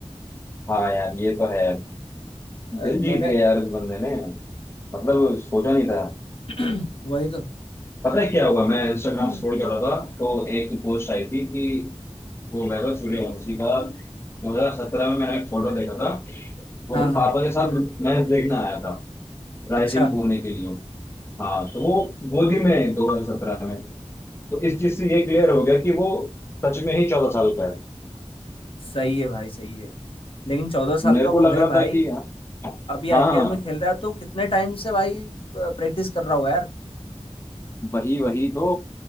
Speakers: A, on the left (about 20°); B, on the left (about 55°).
A: हाँ यार ये तो है
B: अ,
A: दिल
B: मैंने
A: जीत गया यार इस बंदे ने मतलब
B: अ,
A: सोचा नहीं था
B: <clears throat> वही तो
A: पता है क्या हुआ मैं इंस्टाग्राम
B: हम्म।
A: स्क्रॉल कर रहा था तो एक पोस्ट आई थी कि वो वैभव सूर्यवंशी का 2017 में मैंने एक फोटो देखा था वो
B: हाँ
A: अपने
B: हाँ
A: पापा के साथ मैच देखने आया था राइजिंग
B: अच्छा
A: पुणे के लिए हाँ तो वो गोदी में है 2017 में तो इस चीज से ये क्लियर हो गया कि वो सच में ही चौदह साल का है
B: सही है भाई सही है लेकिन चौदह साल
A: मेरे
B: का
A: को
B: वो
A: लग
B: है
A: रहा
B: भाई
A: था कि
B: अभी आईपीएल
A: हाँ
B: में खेल रहा है तो कितने टाइम से भाई प्रैक्टिस कर रहा होगा यार
A: वही वही तो